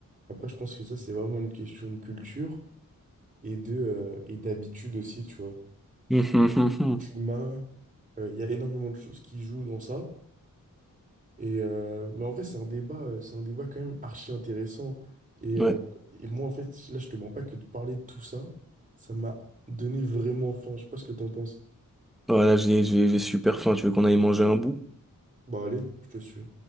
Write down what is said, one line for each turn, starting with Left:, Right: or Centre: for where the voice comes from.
Right: Après, je pense que ça, c'est vraiment une question de culture et de, euh, et d'habitude aussi, tu vois.
Centre: Mm.
Right: Le climat, euh, il y a énormément de choses qui jouent dans ça. Et, euh, mais en vrai, c'est un débat, euh, c'est un débat quand même archi intéressant.
Centre: <laughs>
Right: Et, euh,
Centre: Ouais.
Right: et moi, en fait, là, je te mens pas que de parler de tout ça, ça m'a donné vraiment faim. Je sais pas ce que t'en penses.
Centre: Voilà, j'ai j'ai- j'ai super faim. Tu veux qu'on aille manger un bout?
Right: Bah allez, je te suis.